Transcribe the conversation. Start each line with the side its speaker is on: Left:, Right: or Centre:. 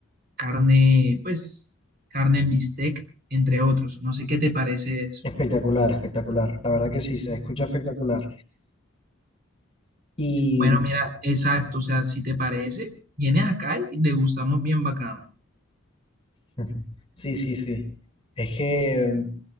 Right: carne, pues carne en bistec, entre otros. No sé qué te parece eso.
Left: Espectacular, espectacular. La verdad que sí, se escucha espectacular. Y
Right: Bueno, mira, exacto, o sea, si te parece, vienes acá y degustamos bien bacano.
Left: Ujú. Sí, sí, sí. Es que,